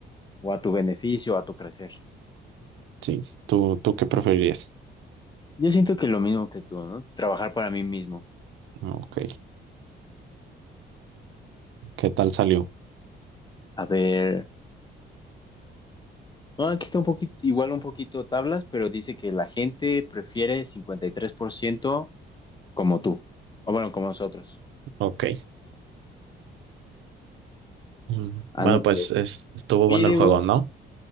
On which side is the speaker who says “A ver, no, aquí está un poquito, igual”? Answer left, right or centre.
Left